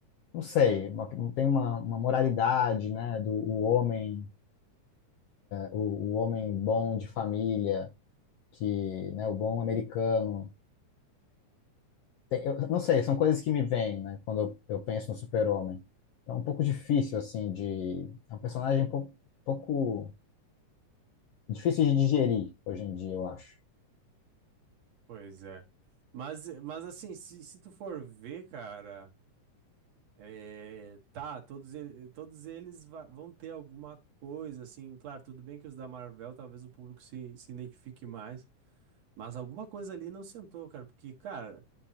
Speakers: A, on the left (about 70°); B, on the right (about 60°).
A: não sei, uma- tem uma, uma moralidade, né? Do o homem o, o homem bom de família, que, né, o bom americano. Tem- eu não sei, são coisas que me vêm, né, quando eu, eu penso no super-homem. Então, é um pouco difícil, assim, de... É um personagem um pouco, pouco difícil de digerir hoje em dia, eu acho.
B: Pois é. Mas, mas assim, se, se tu for ver, cara. É, tá, todos, ele- todos eles va- vão ter alguma coisa, assim, claro, tudo bem que os da Marvel talvez o público se, se identifique mais, mas alguma coisa ali não sentou, cara, porque, cara,